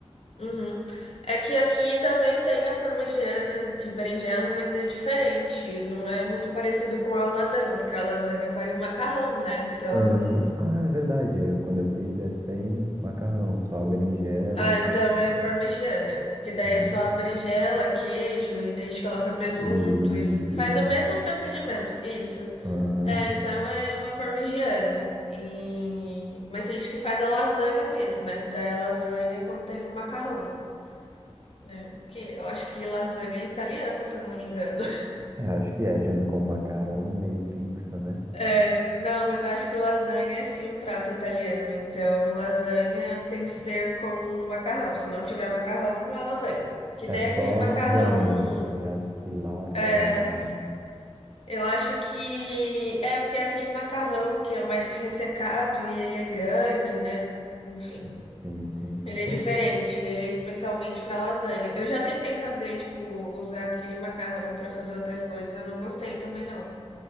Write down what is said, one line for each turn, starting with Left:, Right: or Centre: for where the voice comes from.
Left: Uhum. É que aqui também tem a parmegiana de berinjela, mas é diferente. Não é muito parecido com a lasanha, porque a lasanha vai o macarrão, né? Então.
Right: Aham. Ah, é verdade. eu- quando eu fiz é sem macarrão, só a berinjela,
Left: Ah, então é
Right: tá?
Left: parmegiana. Que daí
Right: Ah,
Left: é só a berinjela, queijo, e tem gente que coloca presunto
Right: é.
Left: e
Right: isso,
Left: faz
Right: isso.
Left: o mesmo procedimento. Isso.
Right: S- Aham.
Left: É, então é uma parmegiana. E... Mas tem gente que faz a lasanha mesmo, né? Que daí a lasanha contém o macarrão, né? Que eu acho que lasanha é italiano, se eu não me engano.
Right: É, acho que é, junto com macarone e pizza, né?
Left: É, não, mas eu acho que lasanha é sim um prato italiano. Então, lasanha tem que ser com macarrão. Se não tiver macarrão, não é lasanha. Que
Right: É
Left: daí
Right: só
Left: é aquele macarrão.
Right: zanha, tá ligado? Que lá
Left: é,
Right: é o macarrão.
Left: eu acho que. É, porque é aquele macarrão que é mais ressecado e ele é grande, né? Enfim,
Right: Sim, sim, sim.
Left: ele
Right: Pô,
Left: é diferente. Ele é especialmente para lasanha. Eu já tentei fazer, tipo, usar aquele macarrão para fazer outras coisas. Eu não gostei também, não.